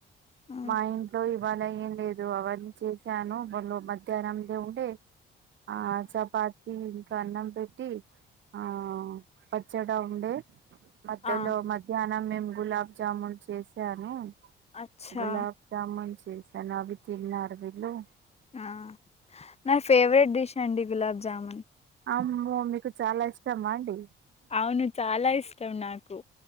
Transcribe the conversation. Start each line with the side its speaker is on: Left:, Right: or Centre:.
Left: హ్మ్
Right: మా ఇంట్లో ఈ ఇవాళ ఏం లేదు అవన్నీ చేసాను మొళ్ళు మధ్యాహ్నం దే ఉండే ఆ చపాతిీ ఇంకా అన్నం పెట్టి ఆ పచ్చడా ఉండే మధ్యలో
Left: ఆ
Right: మధ్యాహ్నం మేము గులాబ్ జాముూన్ చేసాను
Left: అచ్చా
Right: గులాబ్ జామూన్ చేశాను అవి తిన్నారు వీళ్ళు
Left: ఆ నా ఫేవరెట్ డిష్ అండి గులాబ్ జామున్
Right: అమ్మో మీకు చాలా ఇష్టమా అండి
Left: అవును చాలా ఇష్టం నాకు